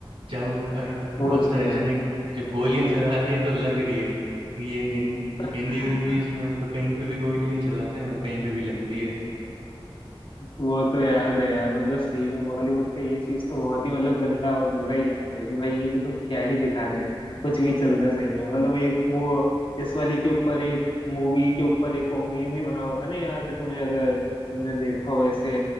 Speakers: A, on the right; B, on the left.
A: चाहे वो और
B: वो
A: बहुत सारे
B: तो है
A: जने जब गोलियां चला रही है तो लग रही है कि ये हिंद
B: <laughs>
A: हिंदी मूवीज में तो कहीं पे भी गोलियां चलाते हैं और कहीं पे भी लगती है
B: वो तो याद है यार मतलब सही में बॉलीवुड का ये चीज तो बहुत ही मतलब गंदा और बुरा ही लगता है कि भाई ये तो क्या ही दिखा रहे हैं कुछ भी चल रहा है सही में मतलब एक वो इस वाली के ऊपर एक मूवी के ऊपर एक वो मीम भी बना हुआ था ना याद है तुम्हें अगर तुमने देखा हो ऐसे